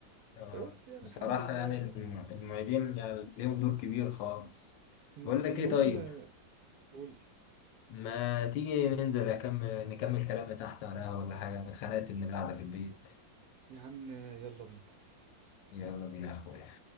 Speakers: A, on the left (about 80°); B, on the right (about 65°).
A: آه.
B: فبس يعني
A: بصراحة
B: الحمد لله
A: يعني
B: والله
A: الم- المعيدين يعني ليهم دور كبير خالص
B: م،
A: بقول لك
B: المهم
A: ايه طيب
B: قول لي
A: ما تيجي ننزل أكمل نكمل كلامنا تحت على القهوة ولا حاجة أنا اتخنقت من القعدة في البيت
B: يا عم يلا بينا
A: يلا بينا يا أخويا